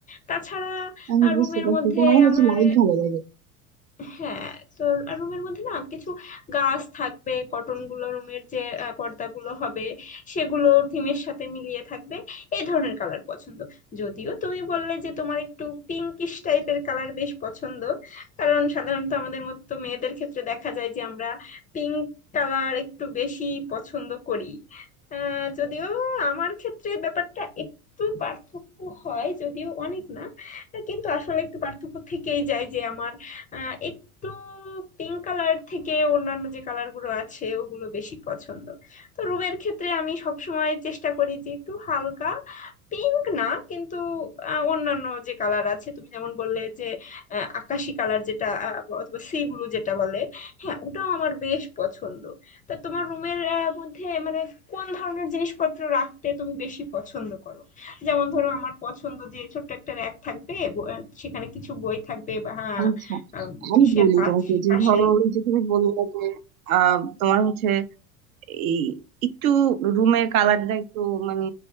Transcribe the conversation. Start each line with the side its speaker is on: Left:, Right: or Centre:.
Left: তাছাড়া
Right: আমি
Left: আর
Right: বুঝতে
Left: রুমের
Right: পারছি
Left: মধ্যে
Right: তোমার হচ্ছে
Left: আমার
Right: লাইট ভালো লাগে
Left: হ্যাঁ তো আর রুমের মধ্যে না কিছু গাছ থাকবে কটন গুলো রুমের যে আহ, পর্দাগুলো হবে সেগুলো থিমের সাথে মিলিয়ে থাকবে এই ধরনের কালার পছন্দ যদিও তুমি বললে যে তোমার একটু পিঙ্কিশ টাইপের কালার বেশ পছন্দ কারণ সাধারণত আমাদের মতো মেয়েদের ক্ষেত্রে দেখা যায় যে আমরা পিঙ্ক কালার একটু বেশি পছন্দ করি আহ, যদিও আমার ক্ষেত্রে ব্যাপারটা একটু পার্থক্য হয় যদিও অনেক না কিন্তু আসলে একটু পার্থক্য থেকেই যায় যে আমার আহ একটু পিঙ্ক কালার থেকে অন্যান্য যে কালার গুলো আছে ওগুলো বেশি পছন্দ তো রুমের ক্ষেত্রে আমি সবসময় চেষ্টা করি যে একটু হালকা পিঙ্ক না কিন্তু আহ, অন্যান্য যে কালার আছে তুমি যেমন বললে যে আহ, আকাশি কালার যেটা আহ, অথবা সি ব্লু যেটা বলে হ্যাঁ ওটাও আমার বেশ পছন্দ তা তোমার রুমের মধ্যে মানে কোন ধরনের জিনিসপত্র রাখতে তুমি বেশি পছন্দ করো যেমন ধরো আমার পছন্দ যে ছোট্ট একটা র্যাক থাকবে ব- আহ, সেখানে কিছু বই থাকবে বা হ্যাঁ,
Right: আচ্ছা
Left: আম,
Right: আমি
Left: ইসের
Right: বলি
Left: পাশ-
Right: তোমাকে যে
Left: পাশেই
Right: ধরো ওই যে তুমি বললে যে আহ, তোমার হচ্ছে এই একটু রুমের কালারটা একটু মানে